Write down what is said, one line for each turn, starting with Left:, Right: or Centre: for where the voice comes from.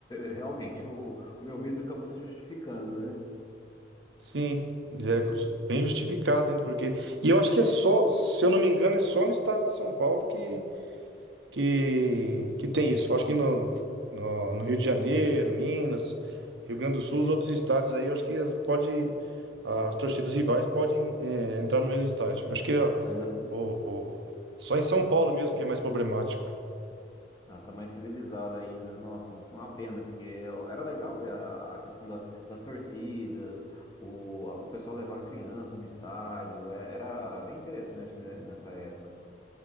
Left: realmente, o, o meu medo acabou se justificando, né?
Right: Sim, é co- bem justificado ainda, porque. E eu acho que é só, se eu não me engano, é só no estado de São Paulo que, que, que tem isso. Eu acho que no, no, no Rio de Janeiro, Minas, Rio Grande do Sul, os outros estados aí, eu acho que pode. As torcidas rivais podem, eh, entrar no mesmo estádio. Eu acho que ó,
Left: Ainda
Right: O- o- Só em São Paulo mesmo que é mais problemático.
Left: Ah, tá mais civilizado ainda. Nossa, que uma pena, porque era legal ver a, a questão da- das torcidas, o, o pessoal levar a criança no estádio, é- era bem interessante, né, nessa época.